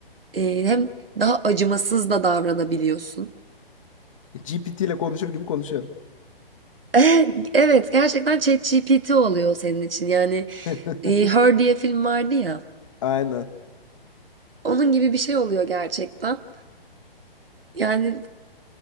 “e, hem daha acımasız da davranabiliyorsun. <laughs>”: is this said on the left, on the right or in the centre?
Right